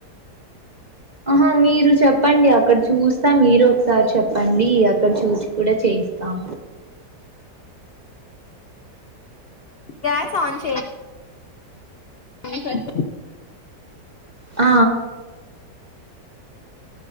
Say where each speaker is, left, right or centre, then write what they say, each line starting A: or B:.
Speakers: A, on the right; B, on the left.
A: ఆహా మీరు చెప్పండి అక్కడ చూస్తా మీరు ఒకసారి చెప్ పండి అక్కడ చూసి కూడా చేయిస్తాం
B: గ్యాస్ ఆన్ చెయ్ డి ఫస్ట్
A: ఆ